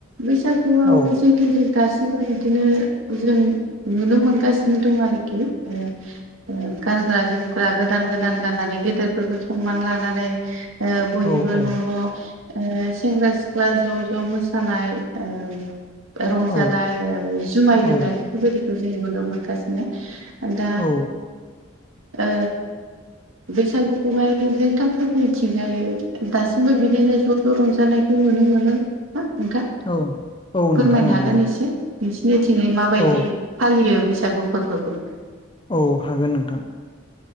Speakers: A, on the right (about 75°); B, on the left (about 25°).
A: बैसागुआव
B: औ
A: जोंनि गासैबो बिदिनो जों नुनो मोनगासिनो दं आरोखि ओ ओ गानग्रा जोमग्रा गोदान गोदान गाननानै गेदेरफोरखौ सनमान लानानै ओ बयबो
B: औ औ
A: न' न' ओ सेंग्रा सिख्ला ज' ज' मोसानाय ओ रंजानाय
B: औ
A: जुमाय
B: औ
A: लोंनाय बेफोरबायदि जों नुनो मोनगासिनो दा
B: औ
A: ओ बैसागुखौहाय नोंथांमोनिथिंजाय दासिमबो बिदिनो ज' ज' रंजानाय नुनो मोनो नोंथां?
B: औ औ
A: फोरमायनो
B: नोंथां
A: हागोन
B: औ नंगौ
A: एसे नोंसोरनिथिंनि माबायदि
B: औ
A: फालियो बैसागु फोरबोखौ?
B: औ हागोन नोंथां।